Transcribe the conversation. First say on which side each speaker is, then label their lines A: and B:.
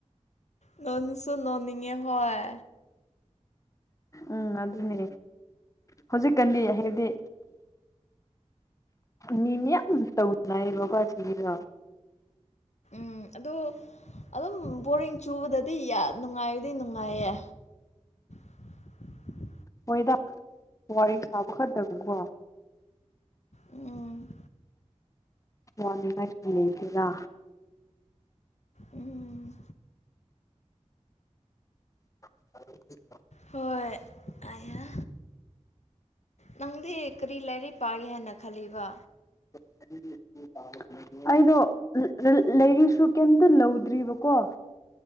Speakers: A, on the left; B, on the left.
A: ꯅꯣꯅꯨꯁꯨ ꯅꯣꯅꯤꯡꯉꯦ ꯍꯣꯏ
B: ꯎꯝ ꯑꯗꯨꯅꯦ ꯍꯧꯖꯤꯛꯀꯟꯗꯤ ꯍꯥꯏꯗꯤ ꯃꯤ ꯃꯌꯥꯝ ꯇꯧꯅꯌꯦꯕꯀꯣ ꯑꯁꯤꯒꯤꯗꯣ
A: ꯎꯝ ꯑꯗꯨ ꯑꯗꯨꯝ ꯕꯣꯔꯤꯡ ꯆꯨꯕꯗꯗꯤ ꯌꯥꯝ ꯅꯨꯡꯉꯥꯏꯕꯗꯤ ꯅꯨꯡꯉꯥꯏꯌꯦ <unintelligible>
B: ꯍꯣꯏꯗ ꯋꯥꯔꯤ ꯁꯥꯕꯥ ꯈꯛꯇꯕꯨꯀꯣ
A: ꯎꯝ
B: ꯋꯥꯅꯤ ꯂꯩꯇꯗ
A: ꯎꯝ
B: <unintelligible>
A: ꯍꯣꯏ ꯑꯌꯥ ꯅꯪꯗꯤ ꯀꯔꯤ ꯂꯥꯏꯔꯤꯛ ꯄꯥꯒꯦ ꯍꯥꯏꯅ ꯈꯜꯂꯤꯕ
B: <unintelligible> ꯑꯩꯗꯣ ꯂꯩꯔꯤꯁꯨ ꯀꯩꯝꯇ ꯂꯧꯗ꯭ꯔꯤꯕꯀꯣ